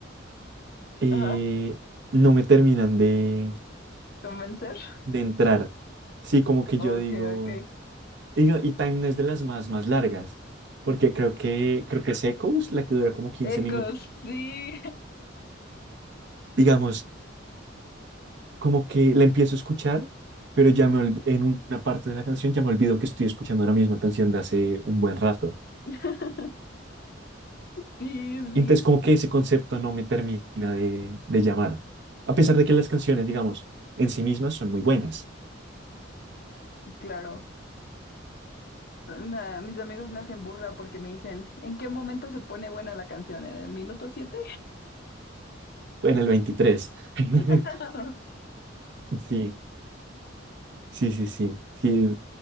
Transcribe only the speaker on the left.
Ajá.
Convencer.
Ok,
ok.
Ecos,
sí.
<laughs> Sí,
sí,
claro. Na- mis amigos me hacen burla porque me dicen, ¿en qué momento se pone buena la canción? ¿En el minuto siete?
<laughs>